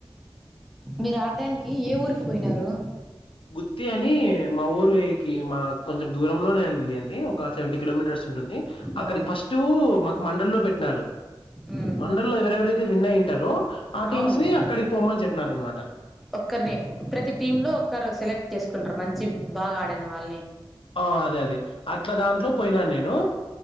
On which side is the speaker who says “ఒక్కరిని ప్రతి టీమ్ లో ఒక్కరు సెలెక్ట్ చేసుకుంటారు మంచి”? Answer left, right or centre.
Centre